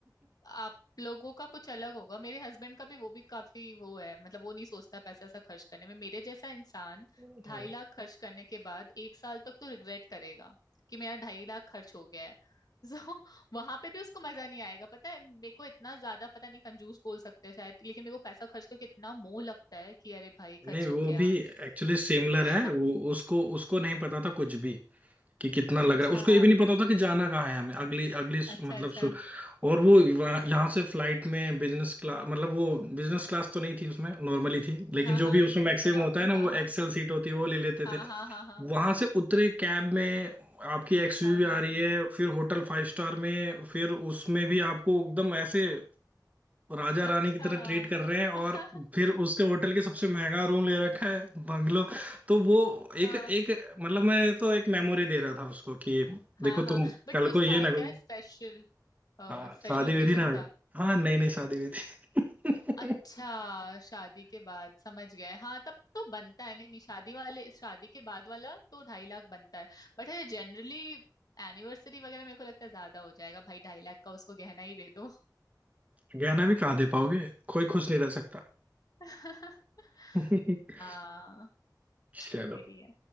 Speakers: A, on the left; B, on the right.
A: आप लोगों का कुछ अलग होगा मेरे हस्बैंड का भी वो भी काफी वो है मतलब वो नहीं सोचता पैसा ऐसा खर्च करने में मेरे जैसा इंसान
B: <laughs>
A: ढाई लाख खर्च करने के बाद एक साल तक तो रिग्रेट करेगा कि मेरा ढाई लाख खर्च हो गया है <laughs> सो वहां पे भी उसको मजा नहीं आएगा पता है मेरे को इतना ज्यादा पता नहीं कंजूस बोल सकते हैं शायद लेकिन मेरे को पैसा खर्च करके इतना मोह लगता है कि अरे भाई खर्च
B: नहीं वो
A: हो गया
B: भी एक्चुअली सिमिलर
A: <laughs>
B: है वो उसको उसको नहीं पता था कुछ भी कि कितना लग
A: अच्छा
B: रहा है उसको ये भी नहीं पता था कि जाना कहाँ है हमें अगली अगली सु-
A: अच्छा
B: मतलब
A: अच्छा
B: सु, और वो वहाँ- यहाँ से फ्लाइट में बिजनेस क्लास मतलब वो बिजनेस क्लास तो नहीं थी उसमें नॉर्मली थी लेकिन
A: हाँ
B: जो
A: हाँ
B: भी उसमें मैक्सिमम
A: इकोनॉमिक
B: होता है ना
A: हाँ
B: वो
A: हाँ
B: एक्सेल सीट होती है वो ले लेते
A: हाँ
B: थे
A: हाँ हाँ
B: वहां से उतरे कैब में आपकी एक्सयूवी
A: हाँ हाँ
B: आ
A: हाँ
B: रही है फिर होटल फाइव स्टार में फिर उसमें भी आपको एकदम ऐसे राजा
A: अच्छा
B: रानी की तरह ट्रीट कर रहे हैं
A: <laughs>
B: और फिर उसके होटल के सबसे महंगा रूम ले रखा है बंगलो तो वो
A: हाँ
B: एक एक मतलब मैं तो एक मेमोरी दे रहा था उसको कि देखो
A: हाँ हाँ
B: तुम
A: बट
B: कल
A: कुछ
B: को ये
A: था
B: ना
A: क्या
B: करो
A: स्पेशल
B: हाँ
A: स्पेशल
B: शादी
A: ओकेजन
B: विधि ना होगी।
A: था
B: हाँ नहीं नहीं शादी विधि
A: अच्छा
B: <laughs>
A: शादी के बाद समझ गए हाँ तब तो बनता है नहीं नहीं शादी वाले शादी के बाद वाला तो ढाई लाख बनता है बट है जनरली एनिवर्सरी वगैरह मेरे को लगता है ज्यादा हो जाएगा भाई ढाई लाख का उसको गहना ही दे दो
B: गहना भी कहाँ दे पाओगे कोई खुश नहीं रह सकता
A: <laughs>
B: <laughs>
A: हाँ
B: चलो
A: ये भी है